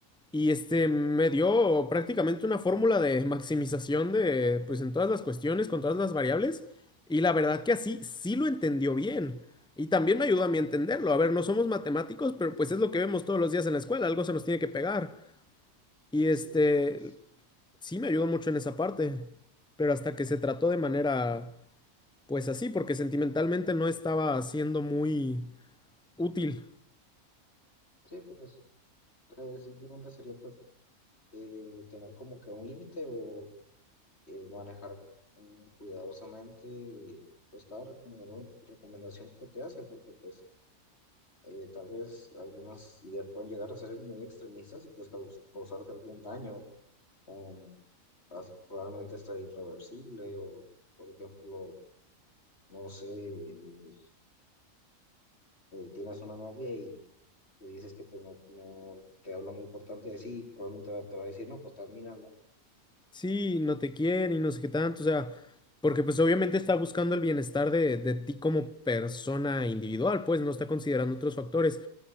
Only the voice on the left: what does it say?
Sí, pues,
sí, pues eh, simplemente sería pues eh, tener como que un límite o eh, manejar mm, cuidadosamente pues cada recomenda- recomendación que te hace, porque pues eh, tal vez algunas ideas pueden llegar a ser muy extremistas y pues caus- causarte algún daño. um, as- probablemente está irreversible o, por ejemplo, no sé, eh, tienes una novia y le dices que pues no, no te habla muy importante de sí, probablemente va- te va a decir, no, pues termínala.